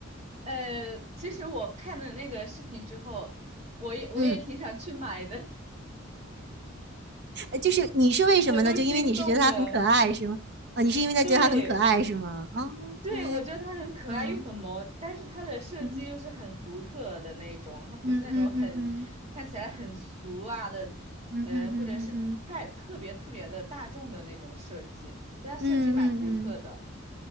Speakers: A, on the right; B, on the right.
A: 呃，其实我看了那个视频之后，我也我也挺想去买的，
B: 嗯。呃就是你是为什么呢？
A: <laughs> 我都心动了。
B: 就因为你是觉得他很可爱是吗？啊，你是因为他觉得他很可爱是吗哦？OK，
A: 对对，我觉得它很可爱又很萌，
B: 嗯
A: 但是它的设计又是很独特的那种，
B: 嗯
A: 它不是那种很看起来很俗啊的，
B: 嗯嗯嗯嗯嗯嗯嗯嗯
A: 呃，或者是太特别特别的大众的那种设计，对它设计蛮独特的。
B: 嗯嗯嗯嗯，